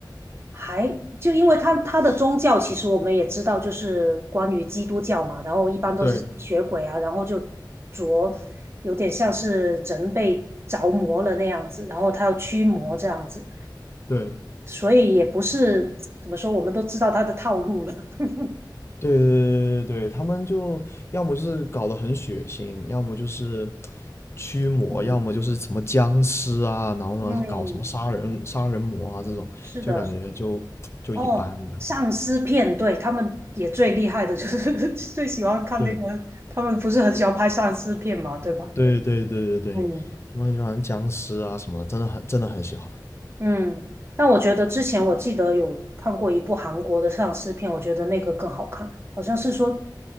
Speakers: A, on the right; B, on the left.
A: 还就因为它它的宗教，其实我们也知道，就是关于基督教嘛，然后一般都是吸血鬼啊，
B: 对
A: 然后就着有点像是人被着魔了那样子，然后他要驱魔这样子，
B: 对。
A: 所以也不是怎么说，我们都知道他的套路了。<laughs>
B: 对对对对对，他们就要么就是搞得很血腥，要么就是驱魔，
A: 嗯
B: 要么就是什么僵尸啊，然后呢搞什么杀人杀人魔啊这种，
A: 嗯，是的，
B: 就感觉就就一般，
A: 哦，
B: 我感觉。
A: 丧尸片，对，他们也最厉害的就是 <laughs> 最喜欢看那个，
B: 对
A: 他们不是很喜欢拍丧尸片嘛，对吧？
B: 对对对对对，
A: 嗯，
B: 他们很喜欢僵尸啊什么的，真的很真的很喜欢。
A: 嗯，但我觉得之前我记得有看过一部韩国的丧尸片，我觉得那个更好看，好像是说